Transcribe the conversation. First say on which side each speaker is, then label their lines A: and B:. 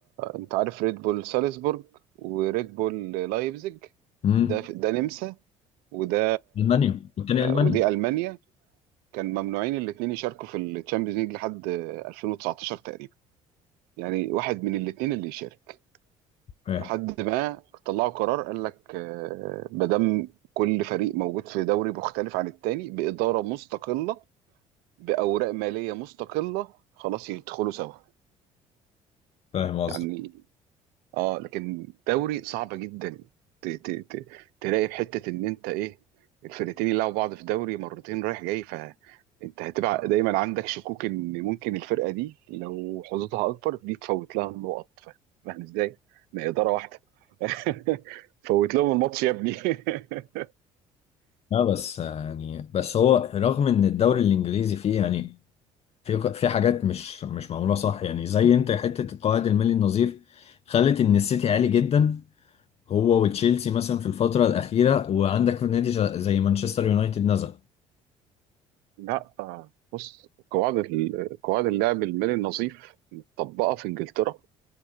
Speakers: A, on the right; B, on the left.
A: انت عارف ريد بول سالزبورج وريد بول لايبزيج
B: امم
A: ده ده نمسا وده
B: ألمانيا والتاني ألمانيا
A: ودي المانيا كان ممنوعين الاثنين يشاركوا في الشامبيونز ليج لحد 2019 تقريبا يعني واحد من الاثنين اللي يشارك
B: فاهم
A: لحد ما طلعوا قرار قال لك آه، ما دام كل فريق موجود في دوري مختلف عن التاني بإدارة مستقلة بأوراق مالية مستقلة خلاص يدخلوا سوا
B: فاهم قصدي
A: يعني اه لكن دوري صعبه جدا ت- ت- ت- تلاقي في حته ان انت ايه الفرقتين يلعبوا بعض في دوري مرتين رايح جاي فانت هتبقى دايما عندك شكوك ان ممكن الفرقه دي لو حظوظها اكبر دي تفوت لها النقط ف- فاهم ازاي؟ ما هي اداره واحده <laughs> فوت لهم الماتش يا ابني <laughs>
B: لا بس يعني بس هو رغم ان الدوري الانجليزي فيه يعني في في حاجات مش مش معموله صح يعني زي انت حته القواعد المالي النظيف خلت ان السيتي عالي جدا هو وتشيلسي مثلا في الفتره الاخيره وعندك في نادي ج- زي مانشستر يونايتد نزل
A: لا آه، بص قواعد ال- قواعد اللعب المالي النظيف مطبقه في انجلترا